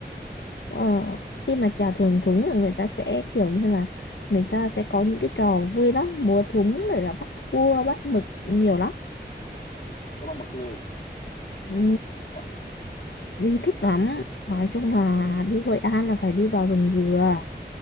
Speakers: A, on the left; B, on the left.
A: Ờ,
B: Ừ.
A: khi mà chèo thuyền thúng là người ta sẽ kiểu như là người ta sẽ có những cái trò vui lắm, múa thúng rồi là bắt cua, bắt mực nhiều lắm.
B: Có bán mực luôn.
A: Ừ,
B: Wow.
A: đi thích lắm. Nói chung là đi Hội An là phải đi vào rừng dừa,